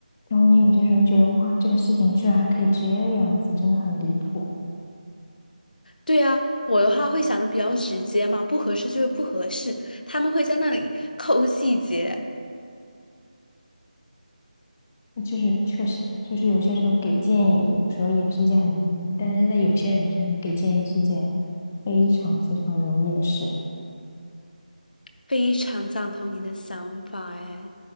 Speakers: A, on the left; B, on the left.
A: 然后你有些时候觉得，哇，这个事情居然还可以这样子，真的很离谱。
B: 对呀，我的话会想的比较直接嘛，不合适就是不合适，他们会在那里抠细节，
A: 就是确实，就是有些时候给建议，有时候也是一件很难的事情，但是在有些人身上给建议是一件非常非常容易的事。
B: 非常赞同你的想法哎。